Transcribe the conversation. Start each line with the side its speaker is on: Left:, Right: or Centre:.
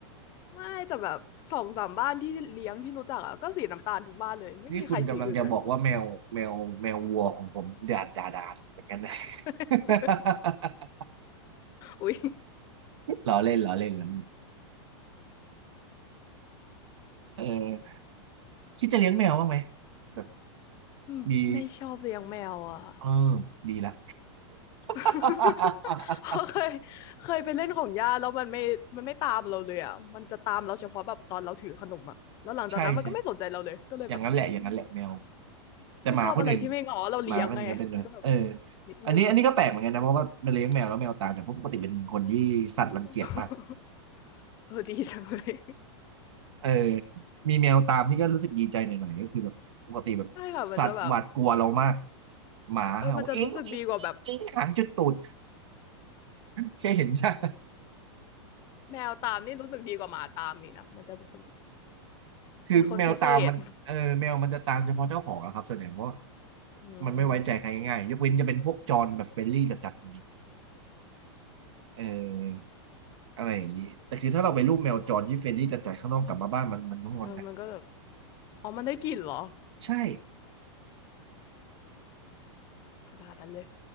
Left: ไม่แต่แบบสองสามบ้านที่เลี้ยงที่รู้จักอะก็สีน้ำตาลทุกบ้านเลย ไม่มีใครสีอื่นเลย
Right: นี่คุณกำลังจะบอกว่าแมวแมวแมววัวของผมดาดดาดาดเหมือนกันนะ
Left: <laughs>
Right: <laughs>
Left: อุ๊ย
Right: ล้อเล่นล้อเล่นล้อเล่นเออคิดจะเลี้ยงแมวบ้างไหมแบบ
Left: อืมไม่ชอบเลี้ยงแมวอะค่ะ
Right: มีเออดีละ
Left: <laughs>
Right: <laughs>
Left: เพราะเคยเคยไปเล่นของย่าแล้วมันไม่มันไม่ตามเราเลยอ่ะมันจะตามเราเฉพาะแบบตอนเราถือขนมอ่ะแล้วหลังจากนั้นมันก็ไม่สนใจเราเลยก็เลยแบบอืม
Right: ใช่ใช่อย่างนั้นแหละอย่างนั้นแหละแมวแต่หมาคนอื่น
Left: ไม่ชอบอะไรที่ไม่งอเราเลี้ยงไงมันก็แบบ
Right: หมาคนอื่นก็เป็นเนอะเออ
Left: นิดนึง
Right: อันนี้อันนี้ก็แปลกเหมือนกันนะเพราะว่ามันเลี้ยงแมวแล้วแมวตายแต่เพราะปกติเป็นคนที่สัตว์รังเกียจมาก
Left: <laughs> เออดีจังเลย
Right: เออมีแมวตามนี่ก็รู้สึกดีใจหน่อยๆก็คือแบบปกติแบบสัตว์หวาดกลัวเรามาก
Left: <laughs> ใช่ค่ะมันจะแบบ
Right: หมาเห่าเอ็งเอ็งเอ็งเอ็งหนจุดตูด
Left: เออมันจะรู้สึกดีกว่าแบบ
Right: แค่เห็นหน้า
Left: แมวตามนี่รู้สึกดีกว่าหมาตามอีกนะมันจะรู้สึก
Right: คือแมวตามมันเออแมวมันจะตามเฉพาะเจ้าของนะครับส่วนใหญ่เพราะว่า
Left: เป็นคนพิเศษ <laughs> อืม
Right: มันไม่ไว้ใจใครง่ายๆยกเว้นจะเป็นพวกจรแบบเฟรนลี่จัดๆจริงๆเอออะไรอย่างนี้แต่คือถ้าเราไปรูปแมวจรที่เฟรนลี่จัดๆข้างนอกกลับมาบ้านมันมันต้องงอนนะ
Left: เออมันก็แบบอ๋อมันได้กลิ่นเหรอ
Right: <laughs> ใช่
Left: ขนาดนั้นเลย